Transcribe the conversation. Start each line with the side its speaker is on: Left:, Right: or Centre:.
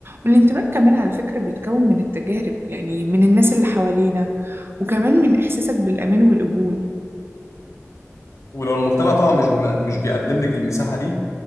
Right: والانتماء كمان على فكره بيتكون من التجارب يعني من الناس اللي حوالينا وكمان من احساسك بالامان والقبول
Left: ولو المجتمع طبعا مش م- مش بيقدم لك المساحة دي